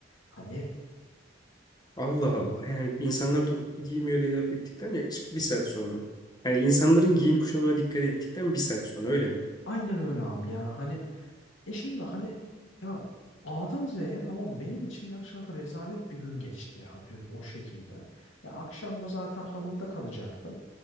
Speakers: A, on the left (about 85°); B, on the left (about 20°).
A: Hani
B: Allah Allah. Yani insanlar topuklu giymiyor diye laf ettikten yaklaşık bir saat sonra. Yani insanların giyim kuşamına dikkat ettikten bir saat sonra öyle mi?
A: aynen öyle abi yani hani E şimdi hani ya A'dan Z'ye tamam benim için gerçekten rezalet bir gün geçti ya dün o şekilde. Ya akşam da zaten hanımda kalacaktım.